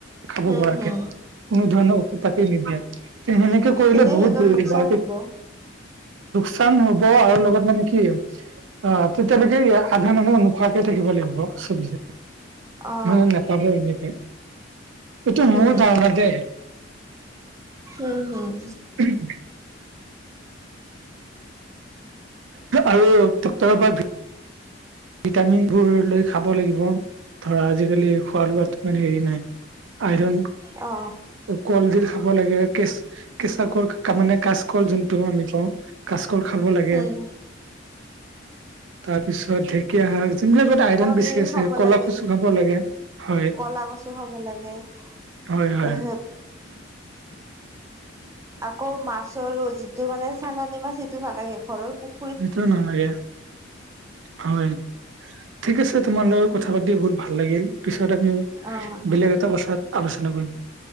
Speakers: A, on the right (about 75°); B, on the right (about 15°).
A: খাব
B: হম
A: পৰাকে
B: হম
A: কোনো ধৰণৰ ঔষোধ পাতি নিদিয়া তে সেনেকে কৰিলে
B: তেতিয়া
A: বহুত
B: সিহঁতৰ
A: দেৰি
B: লোকচান
A: হয় তে
B: হব
A: চান হব আৰু লগত মানে কি অ তেতিয়ালৈকে আধা মানুহ নোখোৱাকে থাকিব লাগিব চব্জি।
B: অ
A: মান নাপাবো এনেকে, এইটো মোৰ
B: উম
A: ধাৰণা দেই।
B: উম হুম।
A: <inaudible> আৰু ডক্টৰৰ পৰা ভি ভিটামিনবোৰ লৈ খাব লাগিব ধৰা আজিকালি খোৱা লোৱো ইমান হেৰি নাই। আইৰন
B: অ।
A: কলডিল খাব লাগে কেচ কেঁচা কল মানে কাচকল যোনটো আমি কওঁ কাচকল খাব লাগে
B: উম
A: তাৰপিছত ঢেকীয়া শাক যোনবিলাকত আইৰণ
B: কলডিল
A: বেছি আছে
B: খাব
A: ক'লা
B: লাগে
A: কচু খাব লাগে। হয়
B: কলা কচু খাব লাগে
A: হয় হয়
B: তাৰপিছত আকৌ মাছৰ যিটো মানে চালানি মাছ সেইটো নালাগে ঘৰৰ পু
A: সেইটো নালাগে। হয় ঠিক আছে তোমাৰ লগত কথা পাতি বহুত ভাল লাগিল, পিছত আমি
B: অ',
A: বেলেগ এটা কথাত আলোচনা কৰিম।